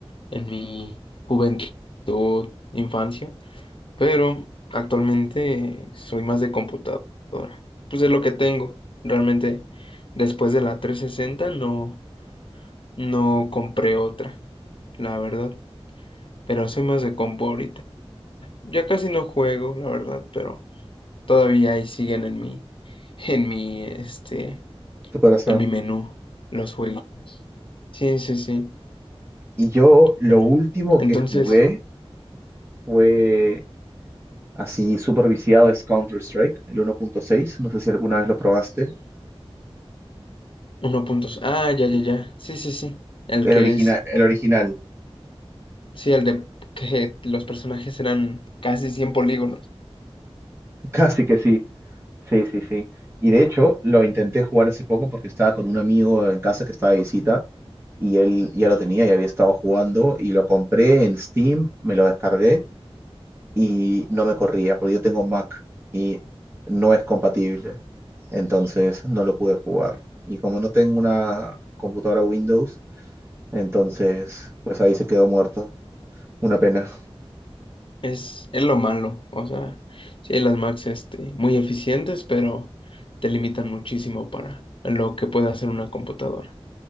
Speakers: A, on the left; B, on the right.
A: en mi juventud, infancia, pero actualmente soy más de computadora. Pues es lo que tengo. Realmente, después de la 360 no, no compré otra, la verdad. Pero soy más de compu ahorita. Ya casi no juego, la verdad, pero Todavía ahí siguen en mi, en mi, este,
B: ¿Tu corazón?
A: en mi menú los juegos. Sí, sí, sí.
B: Y yo lo
A: Pero
B: último
A: entonces,
B: que jugué fue así súper viciado es Counter-Strike, el uno punto seis No sé si alguna vez lo probaste.
A: uno puntos. Ah, ya, ya, ya. Sí, sí, sí. El
B: El
A: que
B: original,
A: es,
B: el original.
A: sí, el de que los personajes eran casi 100 polígonos.
B: <laughs> Casi que sí. Sí, sí, sí. Y de hecho, lo intenté jugar hace poco porque estaba con un amigo en casa que estaba de visita y él ya lo tenía y había estado jugando y lo compré en Steam, me lo descargué y no me corría, porque yo tengo Mac y no es compatible, entonces no lo pude jugar. Y como no tengo una computadora Windows, entonces pues ahí se quedó muerto. Una pena.
A: Es, es lo malo. O sea, sí, las Max, este, muy eficientes, pero te limitan muchísimo para lo que puede hacer una computadora.